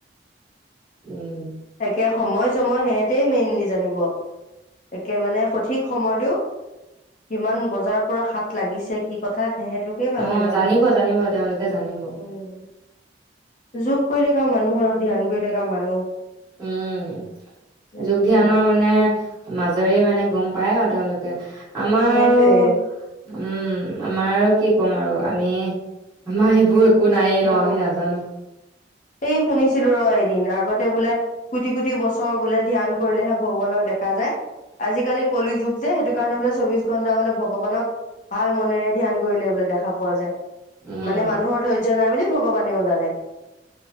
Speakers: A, on the right (about 20°); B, on the left (about 45°).
A: উম।
B: তাকে সময় চময় সিহেঁতে মেইনলি জানিব, একে মানে সঠিক সময়টো কিমান বজাৰ পৰা হাত লাগিছে কি কথা সিহঁতলোকেই ভালকে
A: অ
B: জানে
A: জানিব
B: আৰু
A: জানিব তেওঁলোকে জানিব।
B: উম, যোগ কৰি থকা মানুহ আৰু ধ্যান কৰি থকা মানুহ।
A: উম
B: জানিবই
A: যোগ ধ্যানৰ
B: আৰু
A: মানে মাজৰে মানে গম পায় আও। তেওঁলোকে আমাৰ
B: সেইটোৱে।
A: আৰু উম, আমাৰ আৰু কি কম আৰু আমি আমাৰ সেইবোৰ নায়েই ন
B: উম,
A: আমি নাজানো
B: এই শুনিছিলো ৰ' এদিন আগত বোলে কোটি কোটি বছৰ বোলে ধ্যান কৰিলেহে ভগৱানক দেখা যায় আজিকালি কলি যুগ যে সেইটো কাৰণে বোলে চৌব্বিছ ঘন্টা বোলে ভগৱানক ভাল মনেৰে ধ্যান কৰিলে বোলে দেখা পোৱা যায়।
A: উম
B: মানে মানুহৰ ধৈৰ্য নাই বুলি ভগৱানেও জানে।